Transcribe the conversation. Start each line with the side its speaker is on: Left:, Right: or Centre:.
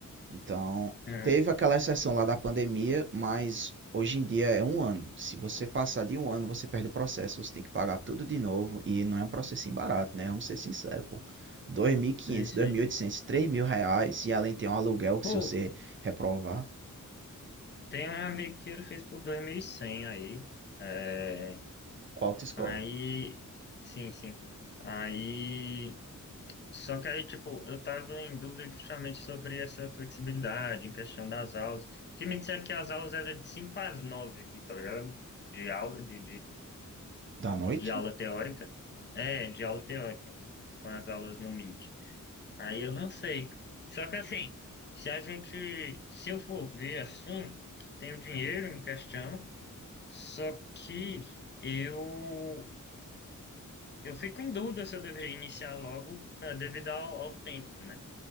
Right: Então,
Left: É,
Right: teve aquela exceção lá da pandemia, mas hoje em dia é um ano. Se você passar de um ano, você perde o processo, você tem que pagar tudo de novo e não é um processinho barato, né? Vamos ser sinceros, pô. Dois dois mil
Left: sei,
Right: mil quinhentos,
Left: sei.
Right: dois mil e oitocentos, três mil reais e além tem um aluguel que
Left: Pô,
Right: se você reprovar,
Left: tem um amigo que ele fez por 2100 aí. É,
Right: qual autoescola?
Left: aí, sim, sim. Aí, só que aí, tipo, eu tava em dúvida justamente sobre essa flexibilidade em questão das aulas. Porque me disseram que as aulas eram de 5 às 9 aqui, tá ligado? De aula, de
Right: Da noite?
Left: de aula teórica. É, de aula teórica, com as aulas no Meet. Aí eu não sei. Só que assim, se a gente, se eu for ver assim, tenho dinheiro em questão, só que eu eu fico em dúvida se eu deveria iniciar logo, eh, devido ao, ao tempo, né?